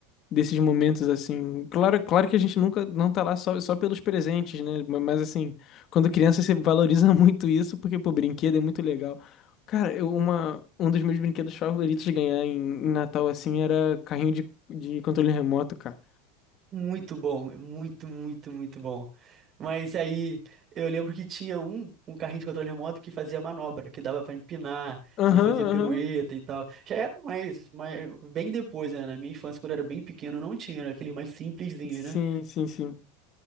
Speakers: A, on the left (about 45°); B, on the right (about 40°).
A: desses momentos assim. Claro, claro que a gente nunca não tá lá só, só pelos presentes, né? Ma- Mas assim, quando criança você valoriza <laughs> muito isso, porque pô, brinquedo é muito legal. Cara, eu, uma, um dos meus brinquedos favoritos de ganhar em, em Natal assim era carrinho de, de controle remoto, cara.
B: Muito bom, muito, muito, muito bom. Mas aí eu lembro que tinha um, um carrinho de controle remoto que fazia manobra, que dava pra empinar,
A: Aham,
B: ele fazia pirueta
A: aham.
B: e tal. Já era mais, mais bem depois, né? Na minha infância, quando eu era bem pequeno, não tinha, era aquele mais simplesinho,
A: Sim,
B: né?
A: sim, sim.